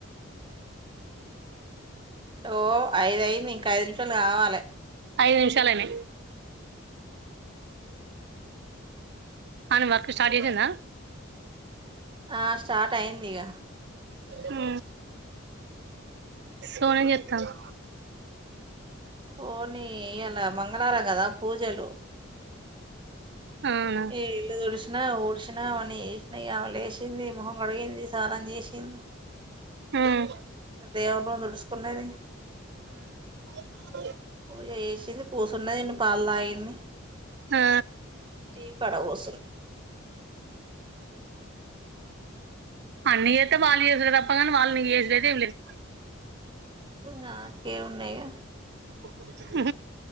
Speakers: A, on the right (about 25°); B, on the right (about 55°).
A: ఓ ఐదయింది ఇంకా ఐదు నిమిషాలు కావాలి
B: ఐదు నిమిషాలనా కానీ వర్క్ స్టార్ట్ అయిందా
A: ఆ స్టార్ట్ అయింది ఇక
B: హ సోనీ ఏం చెత్త
A: సోనీ ఇ మంగ మంగళావారం కదా పూజలు
B: అవునా
A: ఈ ఇల్లు తొడిసినా ఊడిసినా అవన్నీ వసినా కా లేసింది మొహం కడిగింది స్నానం చేసింది
B: ఉమ్
A: దేవు పన్నది
B: అ
A: పూజ చేసింది కూసున్నది ఇన్ని పాలు తాగింది
B: ఆ
A: టీ పడ కోసున్నా
B: అన్న చేస్తే అత్తా వాళ్ళు నీకు చేసుడు ఏం లేదు
A: నాకే ఉన్నాయిగా
B: ఉ ఊ